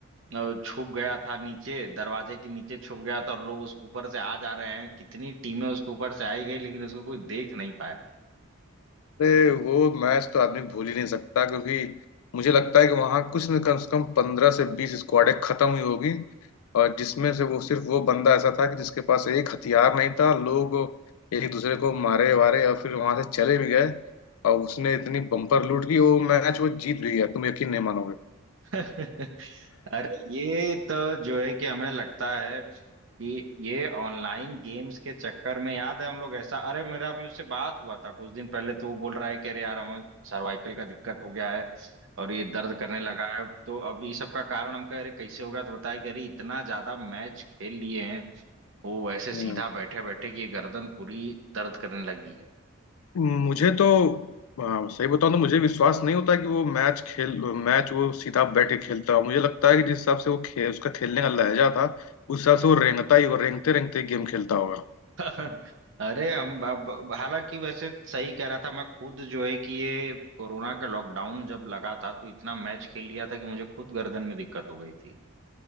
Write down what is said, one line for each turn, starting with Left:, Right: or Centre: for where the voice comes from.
Right: अ, छुप गया था नीचे दरवाजे के नीचे छुप गया था और लोग उसके ऊपर से आ जा रहे हैं कितनी टीमें उसके ऊपर से आई गई लेकिन उसको कोई देख नहीं
Left: अरे वो मैच तो आदमी भूल ही नहीं सकता क्योंकि मुझे लगता है कि वहां कुछ न कम से कम पंद्रह से बीस स्क्वाडें खत्म हुई होगी और जिसमें से वो सिर्फ वो बंदा ऐसा था कि जिसके पास एक हथियार नहीं था लोग एक दूसरे को मारे वारे और फिर वहां से चले भी गए और उसने इतनी बम्पर लूट की वो मैच वो जीत भी गया तुम यकीन नहीं मानोगे
Right: <laughs> अरे ये तो जो है कि हमें लगता है कि ये ऑनलाइन गेम्स के चक्कर में याद है हम लोग ऐसा अरे मेरा अभी उससे बात हुआ था कुछ दिन पहले तो वो बोल रहा है कि अरे यार हमें सर्वाइकल का दिक्कत हो गया है और ये दर्द करने लगा है तो अब ये सब का कारण हम कह रहे कैसे हो गया तो बताया कि अरे इतना ज्यादा मैच खेल लिए हैं वो ऐसे
Left: ओ
Right: सीधा बैठे बैठे कि ये गर्दन पूरी दर्द करने लगी है
Left: मुझे तो आ, सही बताऊं तो मुझे विश्वास नहीं होता कि वो मैच खेल मैच वो सीधा बैठ के खेलता है मुझे लगता है कि जिस हिसाब से वो खे, उसका खेलने का लहजा था उस हिसाब से वो रेंगता ही वो रेंगते रेंगते गेम खेलता होगा
Right: <laughs> अरे हम अब अब- हालांकि वैसे सही कह रहा था मैं खुद जो है कि ये कोरोना का लॉकडाउन जब लगा था तो इतना मैच खेल लिया था कि मुझे खुद गर्दन में दिक्कत हो गई थी